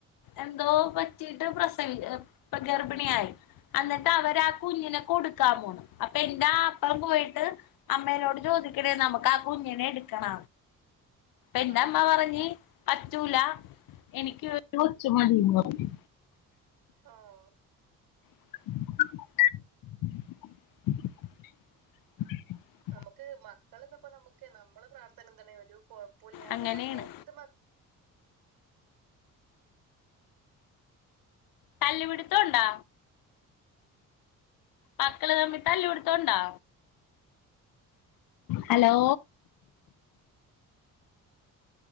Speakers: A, on the left; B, on the right.
A: എന്തോ പറ്റിട്ട് പ്രസവി ഗർഭിണിയായി. എന്നിട്ട് അവരാ ആ കുഞ്ഞിനെ കൊടുക്കാൻ പോ അപ്പൊ എന്റ അപ്പം പോയിട്ട് അമ്മേനോട് ചോദിക്കണേ നമുക്ക് ആ കുഞ്ഞിനെ എടുക്കണ എന്റെമ്മ
B: ആഹ്
A: പറഞ് പറ്റുല എനിക്ക് രു കൊച് മതി ന്ന് പറഞ്ഞു
B: ആഹ്
A: <unintelligible> <unintelligible>
B: നമുക്ക് മക്കൾ ന്നപ്പോ നമുക്ക് നമ്മള് പർഥന എതണ് ഒരു കൊഴപ്പില്ലാത്ത
A: അങ്ങനെയാണ്
B: എന്ത് മാ-
A: തല്ലു പിടുത്തണ്ടോ? മക്കള് തമ്മി തല്ല് പിടുത്തണ്ടോ? Hello